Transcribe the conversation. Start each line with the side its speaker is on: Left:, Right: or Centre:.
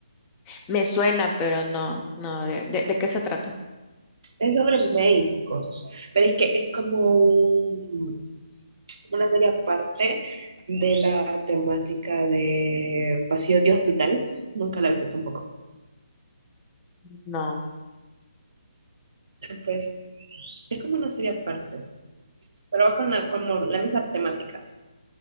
Left: Me suena, pero no, no, ¿de, de, de qué se trata?
Right: es sobre médicos, pero es que es como un, como una serie aparte de la temática de pasillos de hospital. Nunca la he visto tampoco.
Left: No.
Right: Pues es como una serie aparte, pero va con la, como la misma temática.